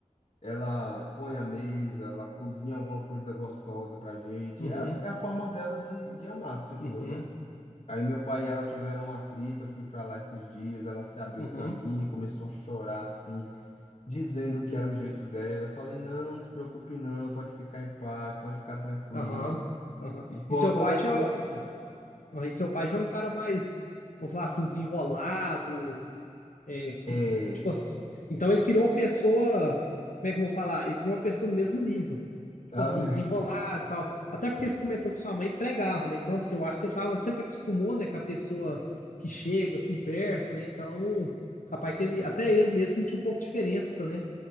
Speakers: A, on the left; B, on the left.
A: Ela põe a mesa, ela cozinha alguma coisa gostosa pra gente.
B: uhum,
A: É a, é a forma dela de, de amar as pessoas,
B: uhum,
A: né? Aí meu pai e ela tiveram um atrito, eu fui pra lá esses dias, ela se abriu
B: uhum,
A: pra mim,
B: uhum.
A: começou a chorar assim, dizendo que era o jeito dela. Eu falei, não, não se preocupe não, pode ficar em paz, pode ficar tranquilo.
B: Aham, aham.
A: E foi
B: E seu
A: uma conversa
B: pai já,
A: muito boa.
B: ah, e seu pai já é um cara mais, vamos falar assim, desenrolado, é,
A: É,
B: tipo assim. Então ele queria uma pessoa, como é que eu vou falar? Ele queria uma pessoa do mesmo nível. Tipo
A: amém.
B: assim, desenrolado
A: <laughs>
B: e tal. Até porque você comentou que sua mãe pregava, né? Então, assim, eu acho que ele tava, sempre acostumou, né, com a pessoa que chega, conversa, né? Então, capaz que ele, até ele mesmo sentiu um pouco de diferença, né?